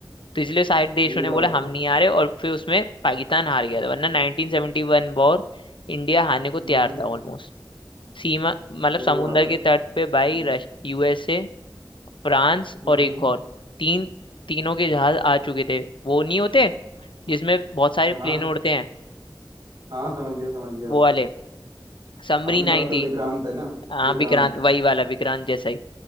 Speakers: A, on the left; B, on the right.
A: तो इसलिए साइड देशों
B: सही
A: ने
B: बात
A: बोला हम
B: है
A: नहीं आ रहे और फिर उसमें पाकिस्तान हार गया था वरना 1971 वॉर इंडिया हारने को
B: हम्म
A: तैयार
B: हम्म,
A: था ऑलमोस्ट सीमा मतलब
B: सही
A: समुंदर
B: बात है
A: के तट पे
B: हम्म
A: भाई रश यूएसए फ्रांस
B: हम्म
A: और एक और तीन तीनों के जहाज आ चुके थे वो नहीं होते जिसमें बहुत सारे
B: हाँ
A: प्लेन उड़ते हैं
B: हाँ समझ गया समझ गया
A: वो वाले समरी
B: अपने
A: 90
B: पास तो विक्रांत है ना
A: हाँ
B: विक्रांत
A: विक्रांत वही वाला विक्रांत जैसा ही